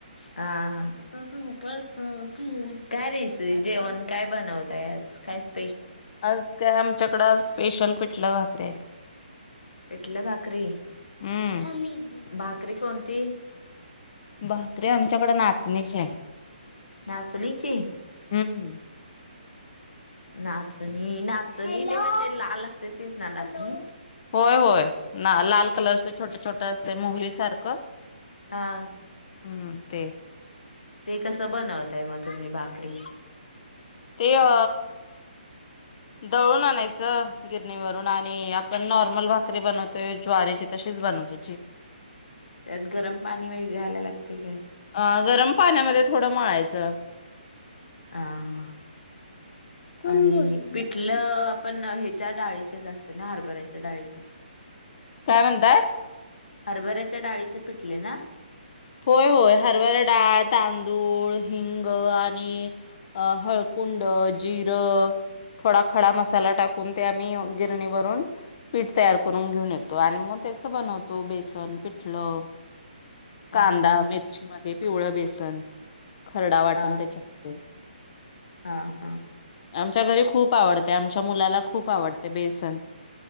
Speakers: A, on the left; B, on the left.
A: हा हा हा का रेसि जेवण काय बनवताय आज काय स?
B: आज काय आमच्या? नूडल्स स्पेशल पिटलं भाकरी हाय
A: पिटल भाकरी
B: हम्म
A: थांब मी बी भा भाकरी कोणती?
B: भाकरी आमच्याकडे नाचणीची आहे.
A: नाचणीची
B: हम्म
A: नाचणी नाचणी ते म्हणजे लाल असतय तेच ना नाचणी
B: होय होय ना लाल कलरच छोटं छोटं असतंय मोहरी सारखं
A: हा
B: हम्म ते
A: ते कस बनवताय मग तुम्ही भाकरी आणि
B: ते अ दळून आणायचं गिरणीवरून आणि आपण नॉर्मल भाकरी बनवतोय ज्वारीची तशीच बनवायची.
A: त्यात गरम पाणी वैगेरे घालायला लागतय काय?
B: अ गरम पाण्यामध्ये थोडं मळायचं
A: ह हा
B: कोण
A: आणि
B: बोल
A: पिठलं आपण हे त्या डाळीचे जास्त ना हरभऱ्याच्या डाळीचं
B: काय म्हणताय?
A: हरभऱ्याच्या डाळीचे पिटले ना
B: होय होय हरभरा डाळ, तांदूळ हिंग आणि हळकुंड जिरं थोडा खडा मसाला टाकून ते आम्ही गिरणीवरून पीठ तयार करून घेऊन येतो आणि मग तेच बनवतो बेसन पिठलं
A: हा
B: कांदा,
A: हा म्हणजे
B: मिरची मध्ये पिवळ बेसन खरडा वाटून
A: हा
B: त्याच्यामध्ये
A: हा हा
B: आमच्या घरी खूप आवडतय आमच्या मुलाला खूप आवडतय बेसन तन <unintelligible>